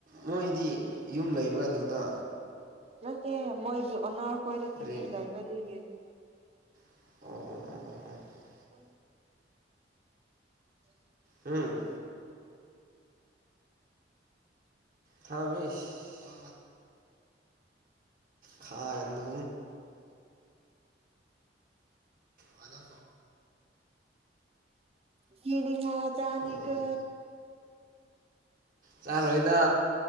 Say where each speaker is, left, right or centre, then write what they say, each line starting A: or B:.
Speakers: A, on the right; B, on the right.
A: ꯃꯣꯏꯗꯤ ꯌꯨꯝ ꯂꯩꯔꯨꯔ ꯑꯗꯨꯗ
B: ꯅꯠꯇꯦ ꯃꯣꯏꯖꯤ ꯑꯔ ꯑꯩꯈꯣꯏꯗ
A: ꯔꯦꯟ
B: ꯇꯤꯗꯤ ꯂꯩꯕ ꯑꯗꯨꯏꯌꯦ
A: ꯑꯣ ꯑꯣ ꯑꯣ ꯑꯣ ꯑꯣ
B: ꯎ ꯑꯣ
A: ꯎꯝ ꯊꯃꯤꯁ ꯈꯥ ꯀꯟꯗꯣ ꯍꯟꯗ
B: ꯒꯤꯅꯤ ꯃꯥ ꯆꯥꯅꯤꯒ
A: ꯎꯝ ꯆꯥꯔꯣꯏꯗ